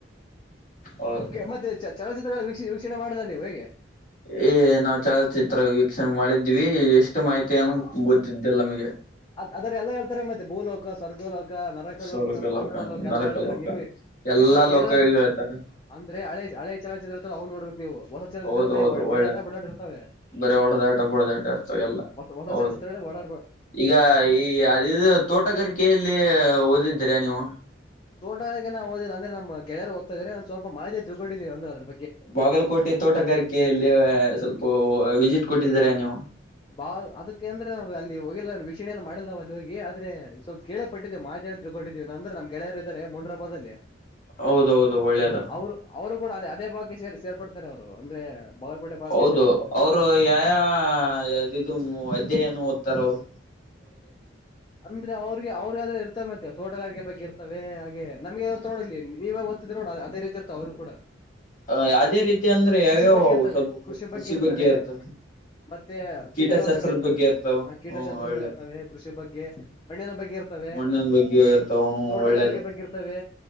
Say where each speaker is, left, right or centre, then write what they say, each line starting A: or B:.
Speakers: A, on the left (about 45°); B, on the left (about 25°).
A: ಹೌದು
B: ಮತ್ತೆ ಚಲನಚಿತ್ರಗಳು ವಕ್ಷ ವೀಕ್ಷಣೆ ಮಾಡುದ ನೀವು ಹೇಗೆ
A: ಏ ನಾವವು ಚಲನಚಿತ್ರ ವೀಕ್ಷಣೆ ಮಾಡಿದೀವಿ ಎಷ್ಟ ಮ ಮಾಹಿತಿ ಅನ ಗೊತ್ತಿದ್ದಲ್ಲ ನಮಗೆ
B: ಅದ್ರಲ್ಲ ಹೇತ ಮತ್ತೆ ಭೂ ಹೋಕ ಸ್ವರ್ಗೋ ಹೋಕ ಲೋ ನರಕ
A: ಸ್ವರ್ಗ
B: ಲೋಕ ಪಾತಾಳ ಲೋಕ ಎಲ್ಲಾ
A: ನರಕ
B: ಹೇಳ್ತಾರೆ
A: ಲೋಕ
B: ನಿಮ್ಗೆ
A: ಎಲ್ಲಾ
B: ನೀವ್ ಸ್ವಲ್ಪ ಕೇಳನ್ಸ
A: ಲೋಕ ಹೇಳ್ತಾರೆ
B: ಅಂದ್ರೆ ಹಳೆ ಹಳೆ ಚಲನ ಚಿತ್ರ ನಾವು ನೋಡ್ಬೇಕು ನೀವು ಹೊಸ
A: ಹೌದ
B: ಇದ್ರೆ ಬಿ
A: ಹೌದು ಒಳ್ಳೆ
B: ಒಡ ಆಟ ಬಡಾಟ ಇರ್ತಾವ
A: ಬರೀ ಹೊಡೆದಾಟ ಬಡದಾಟ ಇರ್ತವೆ ಎಲ್ಲ
B: ಹೊಸ
A: ಹೌದು
B: ಚತ್ರಳ ಬಳ
A: ಈಗ ಈ ಅದದು ತೋಟಗಾರಿಕೆಯಲ್ಲಿ ಓದಿದ್ದೀರಾ ನೀವು
B: ತೋಟಗೆ ನಾ ಹೋದಿಲ್ಲ ಅಂದ್ರೆ ನ ಗೆೆಯ ಓದ್ತ ಇದ್ರ ನ ಒ ಸ್ವಲ್ ಮಾಿತಿ ತಿಳ್ಕೊಂಡಿದೀಿ ಅ್ರ ಅ್ರರು
A: ಬಾಗಲಕೋಟೆ ತೋಟಗಾರಿಕೆೆಯಲ್ಲಿ ಸ್ವಲ್ಪ ವಿಸಿಟ್ ಕೊಟ್ಟಿದ್ದೀರಾ ನೀವು
B: ಬಾ ಅದ ಅಂದ್ರೆ ನಾವ ಅಲ್ಲಿ ಹೋಗಿಲ್ಲ ವೀಕ್ಷಣೆನು ಮಾಡಿಲ್ಲವ ಅಲ್ಲಿ ಹೋಗಿ ಆದ್ರೆ ಸ್ವಲ್ಪ ಕೇಳೇಟ್ಟಿದ್ದೀ ಮಾಹ ಜನ ತಿಳ್ಕೊಂಡೀವಿ ಅ್ರ ನಮ್ಗೆೆಯರ ಇದಾರೆ ಮುಂಡರಬದಲ್ಲಿ
A: ಹೌದೌದು ಒಳ್ಳೇದು
B: ಅವರು ಅವರು ಕೂಡ ಅದೇ ಅದೇ ಬಗ್ಗೆ ಸೇರ್ ಸೇರ್ಪಡ್ತಾರೆ ಅವರು ಅಂದ್ರೆ ಬಾಗಲಕೋಟೆ ಭಾಗಕ್ಕೆ
A: ಹೌದು
B: ಸೇರ್ಪಡ್ತಾರೆ
A: ಅವರು ಯದು ಅಧ್ಯಯನ ಓದ್ತಾರ ಅವ್ರು
B: ಅಂದ್ರೆ ಅವ್ರಿಗೆ ಅವ್ರಗ ಆದ್ರೆ ಇರ್ತಾರೆ ಮತ್ತೆ ತೋಟಗಾರಿಕ ಬಗ್ಗೆ ಇರ್ತ ಹಾಗೆ ನಮಗೆರ್ತ ನೋಡಿ ಇಲ್ಲಿ ನೀವೇ ಓದ್ಿದ್ರ ನೋಡ ಅದೇ ರತಿ ಇತ ಅವ್ರು ಕೂಡ
A: ಹ ಅದೇ ರೀತಿ ಅಂದ್ರೆ ಯಾವ್ಯಾವ
B: ಕೃಷಿ ಬಗ್ಗೆ
A: ಅವು
B: ಇರ್ತವೆ
A: ಸ್ವಲ್ಪ ಕೃಷಿ
B: ಇರ್ತವೆ
A: ಬಗ್ಗೆ ಇರ್ತ
B: ಮತ್ತೆ ಕೀಟಗಳ
A: ಕೀಟಶಾಸ್ತ್ರದ
B: ಇರ್ತವೆ
A: ಬಗ್ಗೆ ಇರ್ತಾವ
B: ಆ ಕೀಟಶಾಸ್ತ್ರಗಳು
A: ಹ್ಮ ಒಳ್ಳೇದು
B: ಇರ್ತವೆ ಕೃಷಿ ಬಗ್ಗೆ ಮಣ್ಣಿನ ಬಗ್ಗೆ ಇರ್ತವೆ
A: ಮಣ್ಣನ್ ಬಗ್ಗೆ ಇರ್ತಾವ
B: ತೋಟಗಾರಿಕೆ
A: ಒಳ್ಳೇದು
B: ಬಗ್ಗೆ ಇರ್ತವೆ